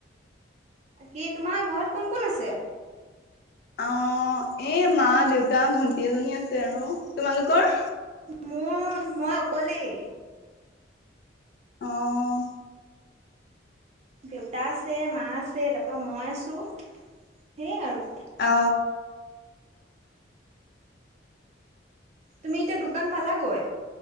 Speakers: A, on the right; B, on the left.
A: ব কিী তোমাৰ ঘৰত কোন কোন আছে
B: অ এই মা দেউতা ভন্টি এজনী আছে আৰু তোমালোকৰ
A: মোৰ মই অকলেই
B: অ
A: দেউতা আছে মা আছে তাৰ পৰা মই আছো সেয়াই আৰু
B: অ
A: তুমি এতিয়া দোকান পালাগৈ